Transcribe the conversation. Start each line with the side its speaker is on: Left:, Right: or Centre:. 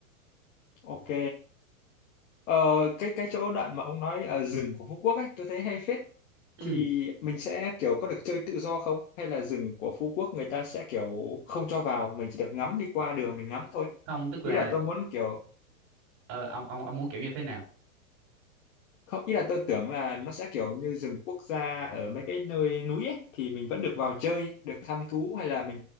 Left: ok Ờ, cái cái chỗ đoạn mà ông nói ở rừng của Phú Quốc ấy tôi thấy hay phết
Right: ừ
Left: thì mình sẽ kiểu có được chơi tự do không hay là rừng của Phú Quốc người ta sẽ kiểu không cho vào mình chỉ được ngắm đi qua đường mình ngắm thôi
Right: không tức
Left: ý
Right: là
Left: là tôi muốn kiểu
Right: ờ, ông ông ông muốn kiểu như thế nào
Left: không ý là tôi tưởng là nó sẽ kiểu như rừng quốc gia ở mấy cái nơi núi ấy thì mình vẫn được vào chơi được thăm thú hay là mình